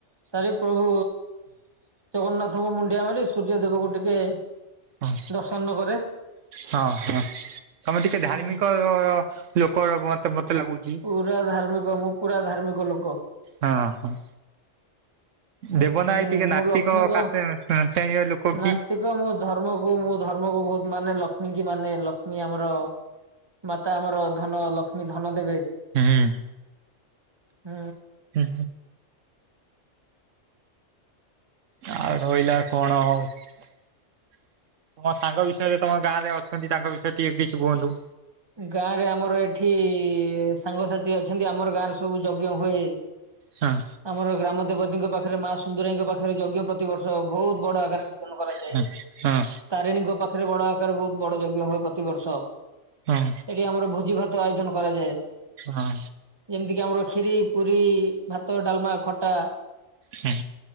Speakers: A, on the right; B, on the right.
A: ସାରି ପ୍ରଭୁ ଜଗନ୍ନାଥଙ୍କୁ ମୁଣ୍ଡିଆ ମାରି ସୂର୍ଯ୍ୟ ଦେବଙ୍କୁ ଟିକେ
B: ହଁ
A: ଦର୍ଶନ କରେ
B: ହଁ ହଁ ତମେ ଟିକେ
A: ହୁଁ।
B: ଧାର୍ମିକ ଲୋକ ମତେ ମତେ ଲାଗୁଛି।
A: ପୁରା ଧାର୍ମିକ ମୁଁ ପୁରା ଧାର୍ମିକ। ଲୋକ
B: ହଁ ହଁ। ଦେବ
A: ହୁଁ
B: ନାଇ ଟିକେ
A: ମୁଁ
B: ନାସ୍ତିକ
A: ଲକ୍ଷ୍ମୀଙ୍କ
B: କାଟ ଶ୍ରେଣୀ ଲୋକ
A: ନାସ୍ତିକ
B: କି?
A: ମୁଁ ଧର୍ମକୁୁ ମୁଁ ଧର୍ମକୁୁ ବହୁତ ମାନେ ଲକ୍ଷ୍ମୀ କି ମାନେ ଲକ୍ଷ୍ମୀ ଆମର ମାତା ଆମର ଧନ ଲକ୍ଷ୍ମୀ ଧନ ଦେବେ।
B: ହୁଁ।
A: ହୁଁ।
B: ହେଁ। ଆଉ ରହିଲା କଣ ଆଉ ତମ ସାଙ୍ଗ ବି <unintelligible> ତମ ଗାଁରେ ଅଛନ୍ତି ତାଙ୍କ ବିଷୟରେ ଟିକେ କିଛି କୁହନ୍ତୁ?
A: ଗାଁ ରେ ଆମର ଏଠି ସାଙ୍ଗସାଥି ଅଛନ୍ତି ଆମର ଗାଁରେ ସବୁ ଯଜ୍ଞ ହୁଏ।
B: ହଁ।
A: ଆମର ଗ୍ରାମ ଦେବତୀଙ୍କ ପାଖରେ ମା ସୁନ୍ଦୁରାଇଙ୍କ ପାଖରେ ଯଜ୍ଞ ପ୍ରତିବର୍ଷ ବହୁତ ବଡ ଆକାରେ ଆୟୋଜନ କରାଯାଏ।
B: ହଁ ହଁ
A: ତାରିଣୀଙ୍କ ପାଖରେ ବଡ ଆକାର ବହୁତ ବଡ ଯଜ୍ଞ ହୁଏ ପ୍ରତିବର୍ଷ।
B: ହଁ।
A: ଏଠି ଆମର ଭୋଜି ଭାତ ଆୟୋଜନ କରାଯାଏ।
B: ହଁ।
A: ଏମିତି କିି ଆମର ଖିରି ପୁରୀ ଭାତ ଡାଲମା ଖଟା।
B: ହୁଁ।